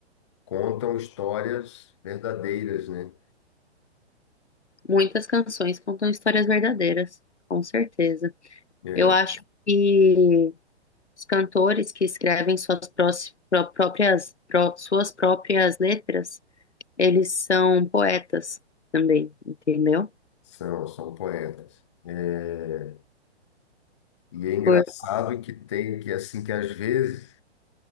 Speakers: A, on the left; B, on the left.
A: contam histórias verdadeiras, né?
B: Muitas canções contam histórias verdadeiras, com certeza.
A: É,
B: Eu acho que os cantores que escrevem suas prós- pró- próprias, pró- suas próprias letras, eles são poetas também, entendeu?
A: são, são poetas. É, e é engraçado
B: Por,
A: que tem que assim que às vezes